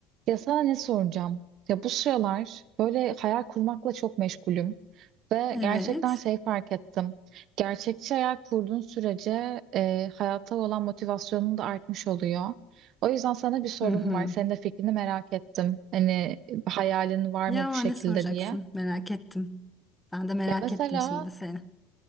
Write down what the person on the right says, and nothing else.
Ya sana ne soracağım? Ya bu sıralar böyle hayal kurmakla çok meşgulüm ve
gerçekten şey fark ettim. Gerçekçi hayal kurduğun sürece e, hayata olan motivasyonun da artmış oluyor. O yüzden sana bir sorum
var. Senin de fikrini merak ettim. Hani hayalin var
mı bu şekilde
diye.
Ya mesela